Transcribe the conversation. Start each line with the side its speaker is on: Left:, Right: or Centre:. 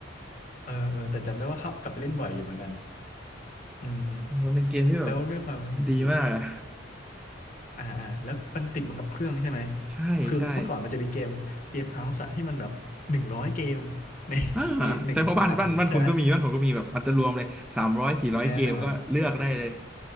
Left: เออเออแต่จำได้ว่าเข้ากลับไปเล่นบ่อยอยู่เหมือนกัน อืม
Centre: มันเป็นเกมที่แบบ
Left: แล้วด้วยความที่
Centre: ดีมากอะ
Left: อ่าอ่าแล้วมันติดมันกับเครื่องใช่ไหม
Centre: ใช่ใช่
Left: คือเมื่อก่อนมันจะมีเกมเกมเฮาส์ที่มันแบบหนึ่งร้อยเกมในในหนึ่งอันใช่ไหม
Centre: อ่าแต่ว่าบ้านบ้านบ้านคุณก็มีบ้านผมก็มีแบบมันจะรวมเลยสามร้อยสี่ร้อยเกมก็เลือกได้เลย
Left: แน่นอน